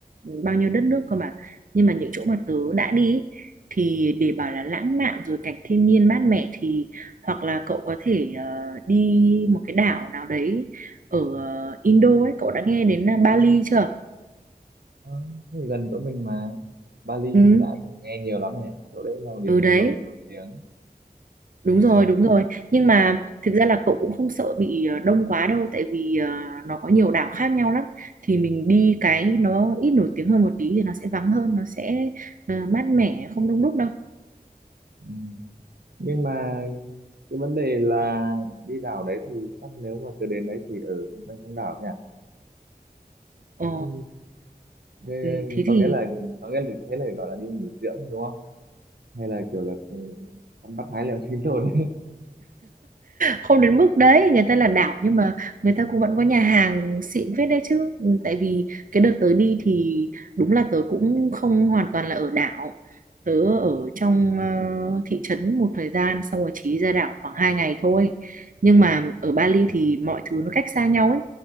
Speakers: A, on the right; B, on the right.
A: Ừ, bao nhiêu đất nước cơ mà nhưng mà những chỗ mà tớ đã đi ý, thì để bảo là lãng mạn rồi cảnh thiên nhiên mát mẻ thì hoặc là cậu có thể ờ, đi một cái đảo nào đấy ở ờ, Indo ấy cậu đã nghe đến ờ, Bali chưa
B: Ờ, thế thì gần chỗ mình mà Bali
A: ừ
B: đã từng nghe nhiều lắm rồi đấy chỗ đấy là một điểm
A: ừ đấy
B: du lịch nổi tiếng
A: Đúng rồi, đúng rồi. Nhưng mà thực ra là cậu cũng không sợ bị ờ, đông quá đâu, tại vì ờ, nó có nhiều đảo khác nhau lắm. Thì mình đi cái nó ít nổi tiếng hơn một tí thì nó sẽ vắng hơn, nó sẽ ờ, mát mẻ, không đông đúc đâu.
B: Ừ. nhưng mà cái vấn đề là đi đảo đấy thì chắc nếu mà tớ đến đấy thì ở xung quanh trong đảo thôi à
A: Ờ,
B: Ừ. Thế
A: ừ, thế
B: có
A: thì
B: nghĩa là có nghĩa là thế là gọi là đi nghỉ dưỡng đúng không? Hay là kiểu là ừ, săn bắt hái lượm sinh tồn ấy.
A: không đến mức đấy người ta là đảo nhưng mà người ta cũng vẫn có nhà hàng xịn phết đấy chứ Ừ, tại vì cái đợt tới đi thì đúng là tớ cũng không hoàn toàn là ở đảo tớ ở trong ờ, thị trấn một thời gian xong rồi chỉ ra đảo khoảng 2 ngày thôi nhưng mà ở Bali thì mọi thứ nó cách xa nhau ấy